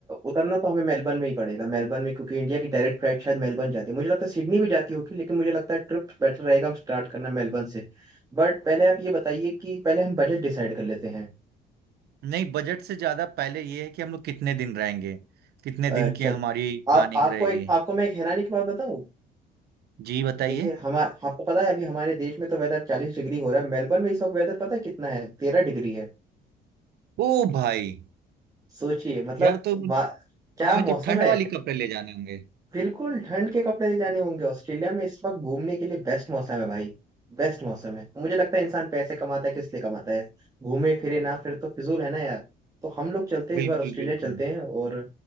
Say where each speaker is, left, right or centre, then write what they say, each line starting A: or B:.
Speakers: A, on the right; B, on the right.
A: उतरना तो हमें मेलबर्न में ही पड़ेगा मेलबर्न में क्योंकि इंडिया की डायरेक्ट फ्लाइट शायद मेलबर्न जाती है मुझे लगता है सिडनी भी जाती होगी लेकिन मुझे लगता है ट्रिप बेटर रहेगा हम स्टार्ट करना मेलबर्न से बट पहले आप ये बताइए कि पहले हम बजट डिसाइड कर लेते हैं
B: नहीं बजट से ज्यादा पहले ये है कि हम लोग कितने दिन रहेंगे कितने
A: अच्छा
B: दिन की हमारी
A: आ,
B: प्लानिंग
A: आपको
B: रहेगी
A: एक आपको मैं एक हैरानी की बात बताऊं
B: जी बताइए
A: देखिए हम आपको पता है अभी हमारे देश में तो वेदर चालीस डिग्री हो रहा है मेलबर्न में इस वक्त वेदर पता है कितना है तेरह डिग्री है
B: ओ भाई
A: सोचिए मतलब
B: यार तो
A: वा- क्या
B: हमें
A: मौसम
B: तो ठंड
A: है
B: वाली कपड़े ले जाने होंगे
A: बिल्कुल ठंड के कपड़े ले जाने होंगे ऑस्ट्रेलिया में इस वक्त घूमने के लिए बेस्ट मौसम है भाई बेस्ट मौसम है मुझे लगता है इंसान पैसे कमाता है किस लिए कमाता है घूमे फिरे ना फिर तो फिजूल है ना यार तो हम लोग चलते हैं
B: बिल्कुल
A: इस बार ऑस्ट्रेलिया
B: बिल्कुल
A: चलते हैं और